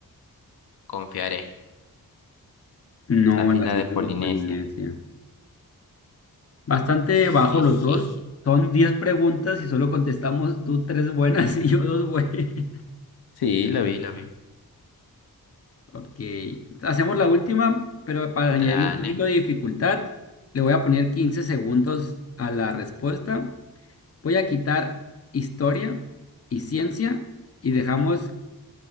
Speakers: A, on the left; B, on the left.
A: confiaré.
B: No,
A: Las
B: las
A: islas
B: islas
A: de Polinesia.
B: de Polinesia. Bastante
A: Jijiji.
B: bajo los dos. Son 10 preguntas y solo contestamos tú tres buenas <laughs> y yo dos buenas. <laughs>
A: Sí, lo vi, lo vi.
B: Ok. Hacemos la última, pero para
A: Dale,
B: añadirle un poquito de dificultad, le voy a poner 15 segundos a la respuesta. Voy a quitar historia y ciencia y dejamos